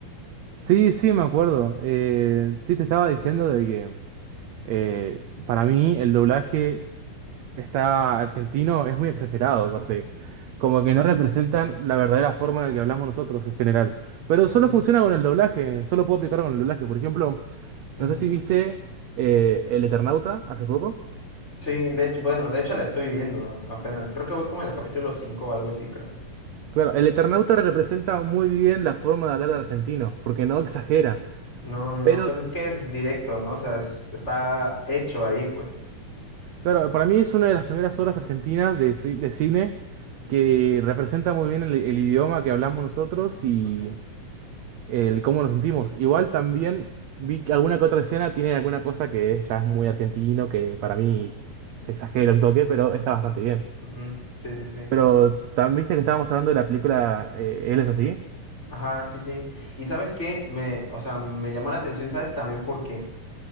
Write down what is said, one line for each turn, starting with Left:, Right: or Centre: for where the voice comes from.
Right: Sí, sí, me acuerdo. Eh, sí, te estaba diciendo de que eh, para mí el doblaje está argentino es muy exagerado, corte. Como que no representan la verdadera forma de que hablamos nosotros en general. Pero solo
Left: Ujú,
Right: funciona con el doblaje, solo puedo aplicar con el doblaje. Por ejemplo,
Left: ujú.
Right: no sé si viste eh, El Eternauta hace poco.
Left: Sí, de hecho, bueno, de hecho la estoy viendo a- apenas. Creo que voy como en el capítulo 5 o algo así, creo.
Right: Claro, el Eternauta representa muy bien la forma de hablar argentino, porque no exagera.
Left: No, no, no,
Right: Pero,
Left: pues es que es directo, ¿no? O sea, es- está hecho ahí, pues.
Right: claro, para mí es una de las primeras obras argentinas de, ci- de cine que representa muy bien el, el idioma que hablamos nosotros y
Left: Ujú,
Right: el cómo nos sentimos. Igual también vi que alguna que otra escena tiene alguna cosa que es- ya es muy argentino, que para mí se exagera un toque, pero está bastante bien.
Left: ujú. Sí, sí, sí.
Right: Pero, ¿también viste que estábamos hablando de la película eh, Él es así?
Left: Ajá, sí, sí. Y sabes qué, me, o sea, me llamó la atención, ¿sabes? También porque